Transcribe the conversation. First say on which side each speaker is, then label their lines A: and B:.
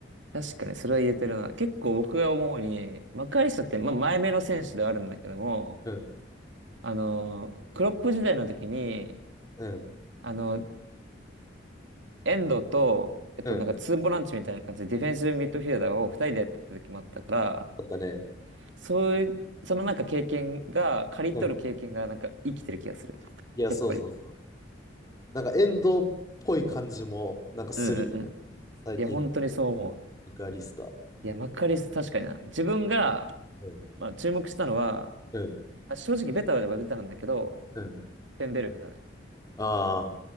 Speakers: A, on the right; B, on the left.
A: 確かにそれは言えてるな。結構僕が思うに、マカリスタって、まあ、前目の選手ではあるんだけども、
B: う。うん、
A: あの、クロップ時代の時に、
B: うん、
A: あの、遠藤と、えっと、
B: うん。
A: なんかツーボランチみたいな感じでディフェンスミッドフィルダーを二人でやってた時もあったから、
B: だったね。
A: そういう、そのなんか経験が、刈り取る経験がなんか生きてる気がする。
B: うん。いや、
A: やっぱり。
B: そうそうそう。なんか、遠藤っぽい感じも、なんかするよね。
A: うんうんうん。
B: 最近の
A: いや、本当にそう思う。
B: マクアリスター。
A: いや、マカリスタ確かにな。自分が、
B: うん、
A: まあ、注目したのは、
B: うん、
A: あ正直ベタはベタなんだけど、
B: うん。
A: ペンベルフだね。
B: あ